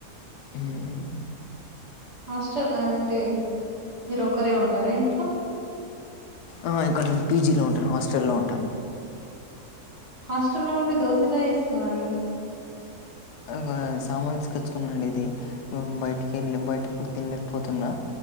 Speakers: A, on the left (about 90°); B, on the right (about 45°).
A: హ్మ్
B: హాస్టల్ అదంటి మీరు ఒక్కరే ఉంటారా ఇంట్లో
A: ఆ ఇక్కడ నను పీజీలో ఉంటాను హాస్టల్ లో ఉంటాను
B: హాస్టల్లో ఉండి దోశ ఎలా చేసుకున్నారండి
A: ఒక సామాను తీసుకొచ్చుకున్నా అండి ఇది బయటికి వెళ్ళ బయట ఫుడ్ తినలేకపోతున్నా